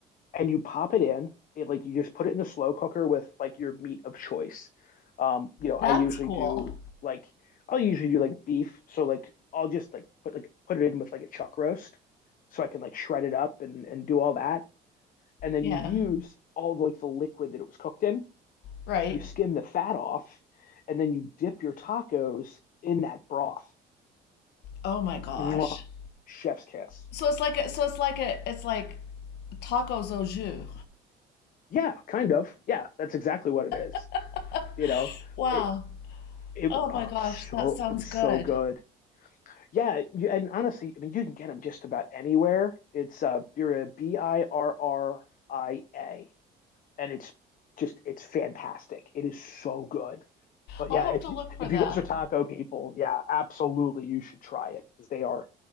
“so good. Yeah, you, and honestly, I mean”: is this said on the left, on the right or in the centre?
Left